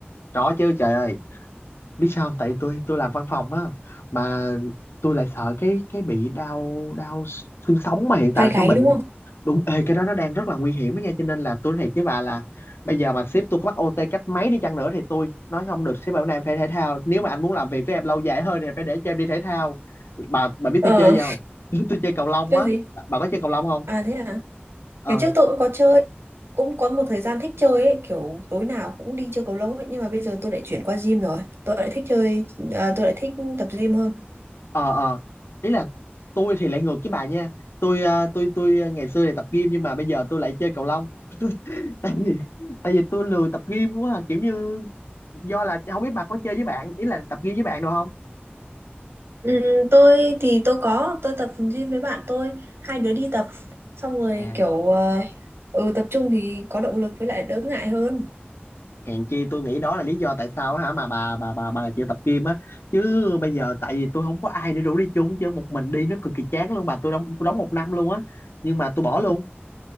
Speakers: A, on the left; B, on the right.
A: trỏ chứ trời ơi biết sao không? tại tôi tôi làm văn phòng á mà tôi lại sợ cái cái bị đau đau xương sống mà hiện tại
B: Vai
A: là
B: gáy
A: cái bệnh
B: đúng không?
A: đúng ê cái đó nó đang rất là nguy hiểm đó nha cho nên là tôi nói thiệt với bà là bây giờ mà sếp tôi có bắt OT cách mấy đi chăng nữa thì tôi nói không được sếp bảo này em phải thể thao nếu mà anh muốn làm việc với em lâu dài hơn thì phải để cho em đi thể thao bà bà biết
B: Ờ,
A: tôi chơi gì không <laughs> tôi chơi cầu lông
B: chơi
A: á
B: gì?
A: bà có chơi cầu lông không
B: À thế à?
A: ờ
B: Ngày trước tôi cũng có chơi. Cũng có một thời gian thích chơi ấy, kiểu tối nào cũng đi chơi cầu lông ấy, nhưng mà bây giờ tôi lại chuyển qua gym rồi. Tôi lại thích chơi à, tôi lại thích tập gym hơn.
A: ờ ờ ý là tôi thì lại ngược với bà nha tôi ờ, tôi tôi ờ, ngày xưa thì tập gym nhưng mà bây giờ tôi lại chơi cầu lông tại vì tại vì tôi lười tập gym quá à. kiểu như do là không biết bà có chơi với bạn ý là tập gym với bạn đâu không
B: Ừ, tôi thì tôi có tôi tập gym với bạn tôi hai đứa đi tập xong rồi
A: à
B: kiểu ờ, ừ tập trung thì có động lực với lại đỡ ngại hơn
A: hèn chi tôi nghĩ đó là lý do tại sao hả mà bà bà bà bà chịu tập gym á chứ bây giờ tại vì tôi không có ai để rủ đi chung chứ một mình đi nó cực kỳ chán luôn bà tôi đóng tôi đóng một năm luôn á nhưng mà tôi bỏ luôn